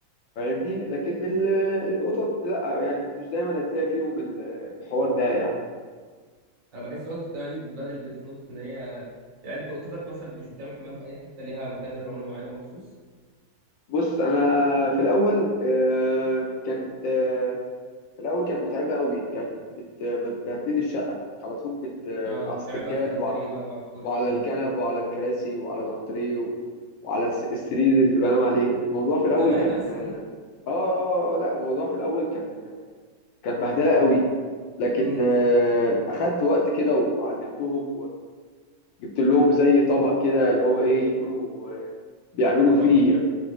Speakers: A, on the left (about 75°); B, on the right (about 60°).
A: فاهمني لكن ال- القطط لا يعني مش دايما هتلاقي فيهم ال- الحوار ده يعني
B: انا بحس الوسط كمان بدل البيت في نقطه ان هي يعني انت اوضتك مثلا مش بتعمل حمام في اي حته ليها مكان للرمله معينه مخصوص
A: بص انا في الاول آه، كانت آه، في الاول كانت متعبه قوي كانت بت- بتبهدلي الشقه على طول بت آه،
B: اه
A: على
B: بتعمل
A: السجاد
B: بقى في الانتريه
A: وع-
B: بقى وعلى الكرسي
A: وعلى
B: اه
A: الكنب وعلى الكراسي وعلى الانتريه و- وعلى الس- السرير اللي بنام عليه الموضوع في الاول
B: كمان
A: كان
B: على السرير
A: اه آه، آه، آه، لا الموضوع في الاول كان كان بهدله قوي لكن
B: امم
A: آه، اخدت وقت كده وعلمتهم جبت لهم زي طبق كده اللي هو ايه يكونوا آه، بيعملوا
B: طبق رمله
A: فيه يعني.